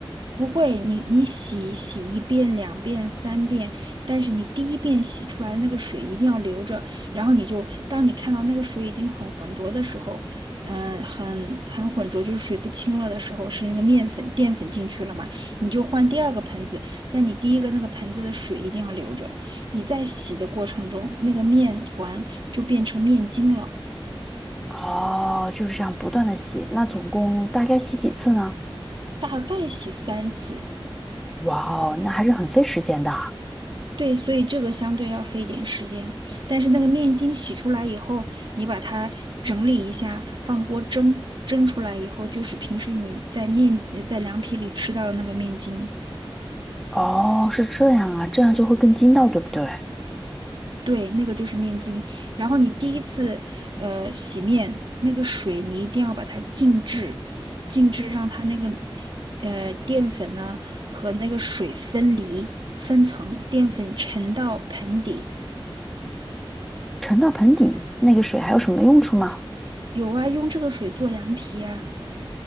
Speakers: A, on the right; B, in the centre.
A: 不会，你你洗洗一遍、两遍、三遍，但是你第一遍洗出来那个水一定要留着，然后你就当你看到那个水已经很浑浊的时候，嗯，很很浑浊，就是水不清了的时候，是那个面粉淀粉进去了嘛，你就换第二个盆子，但你第一个那个盆子的水一定要留着，你在洗的过程中，那个面团就变成面筋了。
B: 哦，就是这样不断的吸，那总共大概吸几次呢？
A: 大概洗三次，
B: 哇哦，那还是很费时间的。
A: 对，所以这个相对要费一点时间，但是那个面筋洗出来以后，你把它整理一下，放锅蒸，蒸出来以后就是平时你在面呃在凉皮里吃到的那个面筋，
B: 哦，是这样啊，这样就会更筋道，对不对？
A: 对，那个就是面筋。然后你第一次呃洗面，那个水你一定要把它静置，静置让它那个呃淀粉呢和那个水分离分层，淀粉沉到盆底。
B: 沉到盆底，那个水还有什么用处吗？
A: 有啊，用这个水做凉皮啊。